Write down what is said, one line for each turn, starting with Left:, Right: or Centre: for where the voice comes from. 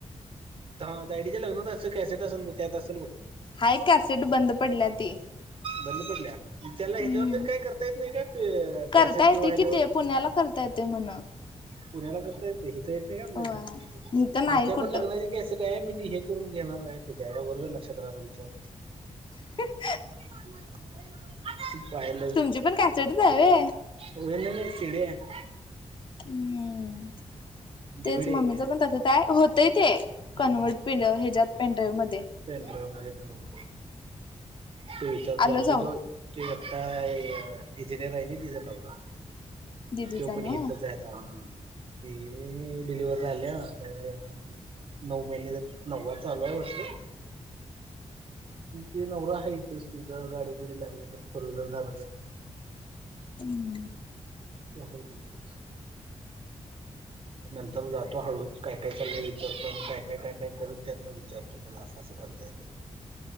Right: हा तायडीचे लग्नत असं कॅसेट असेल त्यात असेल ब
Left: हाय कॅसेट बंद पडल्या ती
Right: बंद पडल्या त्याला
Left: हम्म
Right: ह्याच्यावर काही करता येत नाही का
Left: करता
Right: कॅसेट
Left: येते
Right: किंवा ह्याच्यावर
Left: कि ते पुण्याला करता येते म्हण
Right: पुण्याला करता येते हित तर येत नाही का आपल्या
Left: होय
Right: इथ
Left: इथं नाही
Right: आमच्या
Left: कुठं
Right: पण लग्नाची कॅसेट आहे मी त हे करून घेणार आहे त्याच्या बर झालं लक्षात रा विचार
Left: ह <unintelligible>
Right: ह <unintelligible> तू पायला <unintelligible>
Left: तुमची पण कासडीच आहे हवे
Right: होन ना सिडी आहे
Left: हम्म
Right: डीव्हीडी
Left: तेच मम्मीच
Right: आहे ती
Left: पण होतय ते कन्व्हर्ट
Right: हम्म.
Left: प्याच्या्यात पेनड्राईव्ह मध्ये
Right: पेन ड्राईव्ह मध्येकरून त विचारत
Left: आलो जाऊन
Right: ते आता इंजिनेिअर आहे ना तिचा नवरा
Left: दिदीचा
Right: तो
Left: नव्ह
Right: पण हितच आहे आ ती डिलिवरर झाल्या तर नऊ महिने नव्वा चालू आहे वरष त नवरा हायच तिथं गाडी बिडी लागली तर फोर व्हीलर झार
Left: हम्म <unintelligible>
Right: ते ह तचीस <unintelligible> नंतर जातो हळूच काय काय चाललंय विचारतो आणि काय काय काय काय करत त्यातन विचारतो त्याला असं असं करता येतेय का